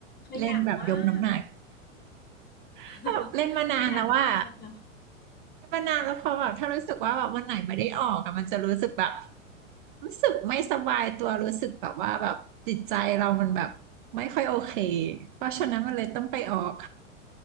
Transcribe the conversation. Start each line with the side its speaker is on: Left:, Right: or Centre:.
Left: ขยันมาก
Right: เล่นแบบยกน้ำหนัก <laughs>
Left: <laughs>
Right: แบบเล่นมานานแล้วว่า
Left: ขยันมากเลยค่ะ
Right: เล่นมานานแล้วพอแบบถ้ารู้สึกว่าแบบวันไหนไม่ได้ออกอะมันจะรู้สึกแบบ รู้สึกไม่สบายตัวรู้สึกแบบว่าแบบจิตใจเรามันแบบไม่ค่อยโอเคเพราะฉะนั้นมันเลยต้องไปออก